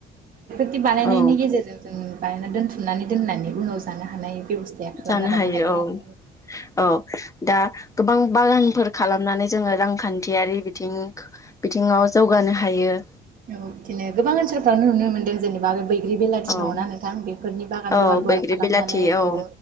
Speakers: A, on the right; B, on the left.
A: खि बानायनायनि
B: औ
A: गेजेरजों जोङो। बायना दोनथुमनानै दोननानै उनाव जानो हानाय। बेब'स्थाया खालामना
B: जानो हायो
A: लानो
B: औ
A: आरो
B: औ दा गोबां। बागानफोर खालामनानै जोङो रांखान्थियारि बिथिं बिथिङाव जौगानो हायो।
A: औ बिदिनो गोबां ओनसारफ्रावनो नुनो मोनदों जेने। बा बैग्रि बेलाथि
B: औ
A: दङना नोंथां बेफोरनि बागान
B: औ
A: गुवार
B: बैग्रि
A: गुवार खालामनानै
B: बिलाथि
A: ओ
B: औ